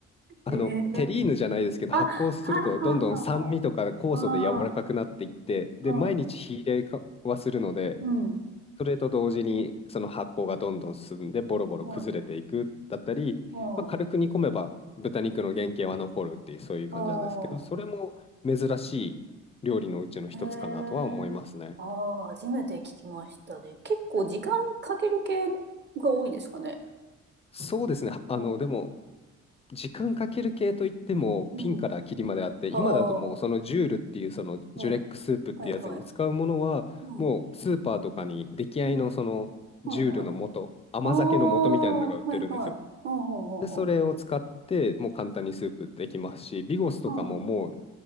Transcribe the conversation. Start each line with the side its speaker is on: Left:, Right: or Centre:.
Left: あの、
Right: ええ
Left: テリーヌじゃないですけど、
Right: あ、
Left: 発酵するとどんどん酸味とか酵素で柔らかくなっていって、
Right: はあ、はあ、はあ、はあ。
Left: で、
Right: はい。
Left: 毎日火入れかはするので、
Right: うん。
Left: それと同時にその発酵がどんどん進んでボロボロ崩れていくだったり、
Right: はい。ああ。
Left: まあ、軽く煮込めば豚肉の原型は残るっていうそういう感じなんですけど、
Right: うんあー。
Left: それも珍しい料理のうちの一つかなとは思いますね。
Right: へえ。ああ、初めて聞きましたね。結構時間かける系が多いんですかね。
Left: そうですね。
Right: うん。
Left: あの、でも時間かける系といっても、
Right: うん。
Left: ピンからキリまであって、今だともうそのジュールっていうそのジュレックスープってやつに使うものは、
Right: ああ、うん。はいはい。うん。
Left: もうスーパーとかに出来合いのそのジュールの素、
Right: うん。はいはい。
Left: 甘酒の素みたいなのが売ってるんですよ。
Right: ああ、はいはい。うん、うん、
Left: で、それを使って、
Right: うん、
Left: もう簡単にスープできますし、ビゴスとかももう
Right: うん。